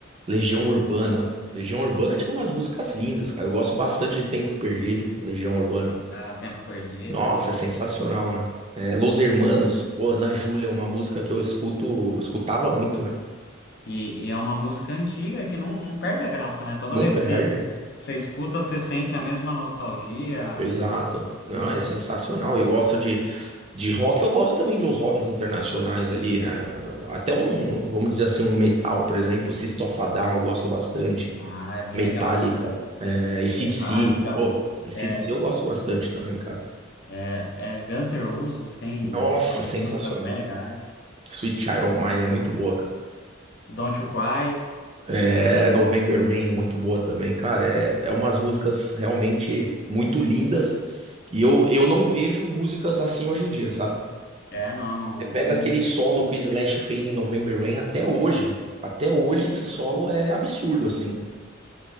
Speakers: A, on the right; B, on the left.
A: Legião Urbana. Legião Urbana tinha umas músicas lindas, cara. Eu gosto bastante de Tempo Perdido, Legião Urbana.
B: Há Tempo Perdido.
A: Nossa, é sensacional, né? É, Los Hermanos, pô, Ana Júlia, é uma música que eu escuto, escutava muito, né?
B: E, e é uma música antiga que não, não perde a graça, né? Toda
A: Não
B: vez
A: perde.
B: que você escuta, você sente a mesma nostalgia.
A: Exato.
B: é-
A: Não, é sensacional. Eu gosto de, de rock, eu gosto também de uns rocks internacionais ali, né? Até um, vamos dizer assim, um metal, por exemplo, System of a Down, eu gosto bastante.
B: ah, é bem
A: Metallica,
B: legal.
A: é, AC/DC.
B: Metallica.
A: Pô, AC/DC
B: É,
A: eu gosto bastante também, cara.
B: é, é Guns N' Roses tem,
A: Nossa,
B: tem umas
A: sensacional.
B: músicas bem legais.
A: Sweet Child O' Mine é muito boa, cara.
B: Don't You Cry.
A: É, November Rain é muito boa também, cara. É, é umas músicas realmente muito lindas. E eu, eu não vejo músicas assim hoje em dia, sabe?
B: É, não,
A: Você pega
B: não,
A: aquele solo que o Slash fez em November Rain até hoje. Até hoje esse solo é absurdo, assim.